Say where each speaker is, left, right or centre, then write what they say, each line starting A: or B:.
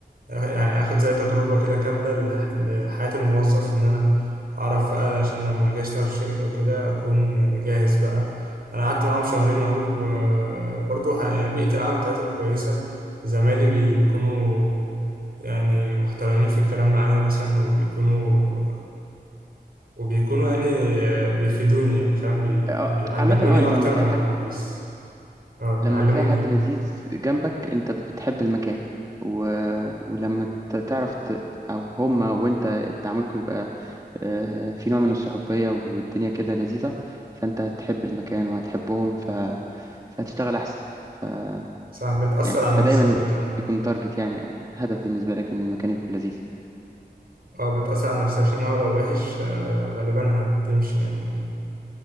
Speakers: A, on the right (about 60°); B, on the right (about 20°).
A: يعني اخد زي تجربة كده كاملة لح- لحياة الموظف ان انا اعرف بقى عشان لما اجي اشتغل في شركة وكده اكون يعني جاهز بقى انا قعدت معاهم شهرين اهو وبرضه ه- يعني بيئة العمل بتاعتهم كويسة زمايلي بيكونوا يعني محترمين في الكلام معايا مثلا وبيكونوا وبيكونوا يعني بيفيدوني يعني فاهم بي...
B: آه،
A: بيعلموني
B: عامة اه انت
A: اكتر
B: لما تلاقي
A: ما
B: حد
A: بيس... اه بيعلموني
B: لما تلاقي حد
A: يعني
B: لذيذ جنبك انت بتحب المكان و... ولما ت- تعرف ت... او هما وانت تعاملكم يبقى آه، في نوع من الصحوبية والدنيا كده لذيذة فانت هتحب المكان وهتحبهم ف... فهتشتغل احسن ف...
A: صح بتأثر
B: ف... يعني
A: على
B: فدايما
A: النفسية فعلا
B: يكون تارجت يعني هدف بالنسبة لك ان المكان يكون لذيذ
A: اه بتأثر على النفسية عشان هو لو وحش آه، غالبا هتمشي يعني فاهم